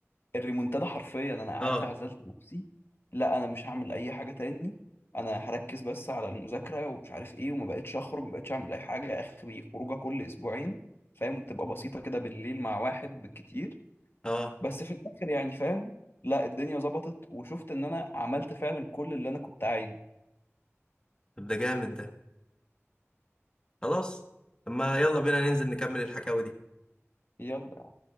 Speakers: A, on the left; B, on the left.
A: الريمونتادا حرفيا انا قعدت
B: اه
A: عزلت نفسي لا انا مش هعمل اي حاجه تاني انا هركز بس على المذاكره ومش عارف ايه وما بقتش اخرج ما بقتش اعمل اي حاجه اخري خروجه كل اسبوعين فاهم بتبقى بسيطه كده بالليل مع واحد بالكتير
B: اه
A: بس في الاخر يعني فاهم لا الدنيا ظبطت وشفت ان انا عملت فعلا كل اللي انا كنت عايزه
B: طب ده جامد ده خلاص طب ما يلا بينا ننزل نكمل الحكاوي دي
A: يلا